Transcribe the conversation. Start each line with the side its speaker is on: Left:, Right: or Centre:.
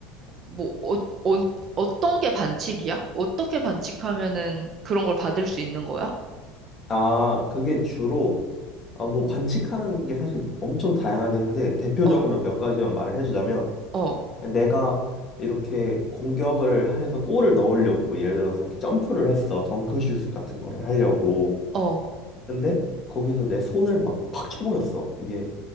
Right: 뭐, 어, 어, 어떤 게 반칙이야? 어떻게 반칙하면은 그런 걸 받을 수 있는 거야?
Left: 아, 그게 주로 아, 뭐 반칙하는 게 사실 엄청 다양하긴 한데 대표적으로
Right: 어,
Left: 몇 가지만 말을 해주자면
Right: 어,
Left: 내가 이렇게 공격을 해서 골을 넣으려고 뭐 예를 들어서 이렇게 점프를 했어 덩크슛 같은 거를 하려고
Right: 어,
Left: 근데 거기서 내 손을 막 팍 쳐버렸어 이게